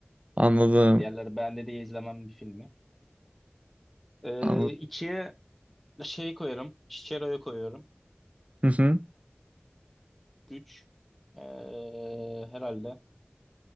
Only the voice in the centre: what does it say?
Hani diğerleri beğendi diye izlemem bir filmi. Ee,
ikiye şey koyarım. Chichero'yu koyuyorum.
Üç. Ee, herhalde.